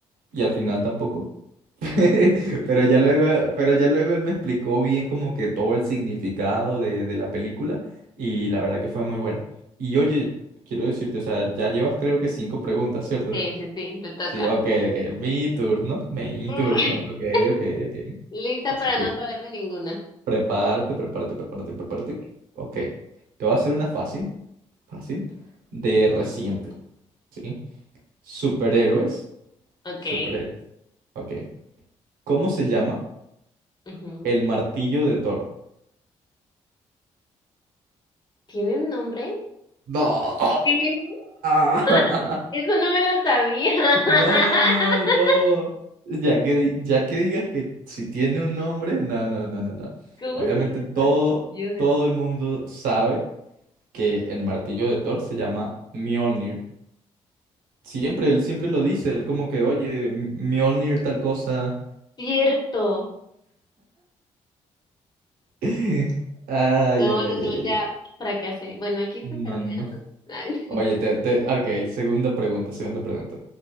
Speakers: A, on the right; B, on the left.
A: y al final tampoco. <laughs> Pero ya luego, pero ya luego él me explicó bien como que todo el significado de, de la película y la verdad que fue muy buena. Y oye, quiero decirte, o sea, ya llevas creo que cinco preguntas, ¿cierto?
B: Sí, sí, sí, te toca.
A: Sí, ok, ok. Mi turno, mi
B: <laughs>
A: turno. Ok, ok, ok.
B: Lista
A: Así
B: para
A: que
B: no saberme ninguna.
A: prepárate, prepárate, prepárate, prepárate. Ok. Te voy a hacer una fácil, fácil, de reciente, ¿sí? Superhéroes,
B: Ok.
A: superhéroes. Ok. ¿Cómo se llama
B: Ujú.
A: el martillo de Thor?
B: ¿Tiene un nombre?
A: No.
B: Sí.
A: <laughs>
B: <laughs> Eso no me lo sabía. <laughs>
A: No, no. Ya que, di- ya que digas que si tiene un nombre, no, no, no, no, no.
B: ¿Cómo
A: Obviamente
B: se llama
A: todo,
B: el martillo de...
A: todo el mundo sabe. que el martillo de Thor se llama Mjolnir. Siempre, él siempre lo dice, él como que, oye, M- Mjolnir tal cosa.
B: Cierto.
A: <laughs> Ay,
B: No,
A: ay, ay,
B: no, no,
A: ay,
B: ya
A: ay. ay.
B: fracasé. Bueno, aquí
A: No,
B: se termina
A: no, no.
B: entonces. Ay,
A: Oye, te, te, ok, segunda pregunta, segunda pregunta.